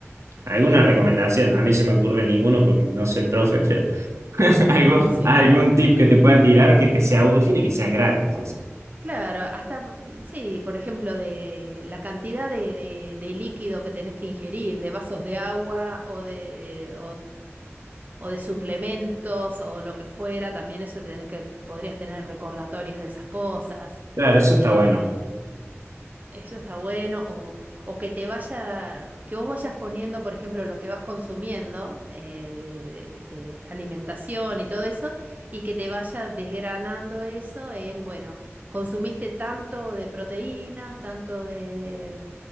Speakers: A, on the right; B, on the right.
A: alguna recomendación.
B: claro.
A: A mí se me ocurre ninguno porque no soy profe, pero <laughs> algo,
B: <laughs> Sí,
A: algún tip que te pueda tirar que te sea útil y que sean gratis. o sea.
B: claro, hasta, mm, sí, por ejemplo, de la cantidad de, de- de líquido que tenés que ingerir, de vasos de agua o de, o de suplementos o lo que fuera, también eso tenés que, podrías tener recordatorios de esas cosas.
A: Claro, eso está
B: Eh,
A: bueno.
B: eso está bueno, o, o que te vaya, que vos vayas poniendo, por ejemplo, lo que vas consumiendo eh, de, de alimentación y todo eso, y que te vaya desgranando eso en, bueno, consumiste tanto de proteínas, tanto de,